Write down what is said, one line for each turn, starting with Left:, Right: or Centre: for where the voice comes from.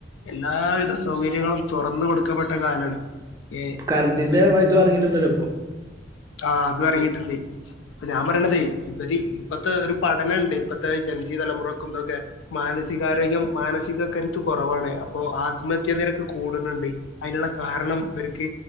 Left: എല്ലാവിധ സൗകര്യങ്ങളും തൊറന്ന് കൊടുക്കപ്പെട്ട കാലാണ് ഏഹ്
Right: കറന്റിന്റെ
Left: ഇപ്പ
Right: ഇത് ഇറങ്ങിയിട്ടുണ്ടല്ലോ ഇപ്പൊ
Left: ആഹ് അതും
Right: വണ്ടി
Left: എറങ്ങിട്ടുണ്ട് ഇപ്പൊ ഞാൻ പറയണതെ ഇവര് ഇപ്പത്തെ ഒരു പഠനം ഉണ്ട് ഇപ്പത്തെ ജൻസി തലമുറക്കും ഇത് ഒക്കെ മാനസികാരോഗ്യം മാനസിക കരുത്ത് കൊറവാണ് അപ്പൊ ആത്മഹത്യാ നിരക്ക് കൂട്ണുണ്ട് അയ്നുള്ള കാരണം ഇവർക്ക്